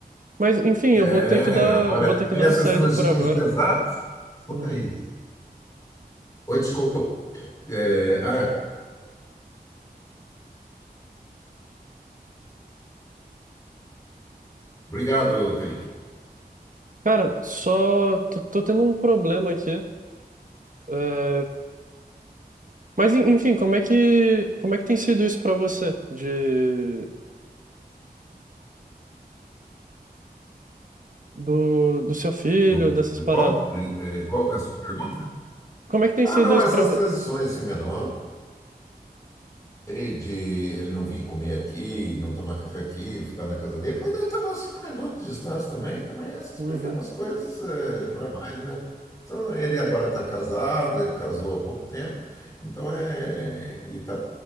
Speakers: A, on the right; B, on the left.
A: Mas, enfim, eu
B: É,
A: vou ter que dar,
B: agora,
A: vou ter que
B: essas
A: dar uma saída
B: transições
A: por agora.
B: pesadas são
A: Uhum.
B: terríveis. Oi, desculpa. Eh, ah, obrigado, Kaique.
A: Cara, só tô, tô tendo um problema aqui. É, Mas, en- enfim, como é que, como é que tem sido isso pra você? De, do, do seu filho,
B: Do,
A: dessas
B: do
A: paradas?
B: qual? Eh, qual que é a sua pergunta?
A: Como é que tem
B: Ah,
A: sido
B: não,
A: isso
B: essas
A: pra você?
B: transições, assim, menor ele de ele não vir comer aqui, não tomar café aqui, estar na casa dele, mas ele estava a cinco minutos de distância também, também essas
A: Uhum,
B: pequenas coisas eh, normais, né? Então, ele agora está casado, ele casou há pouco tempo, então é, ele está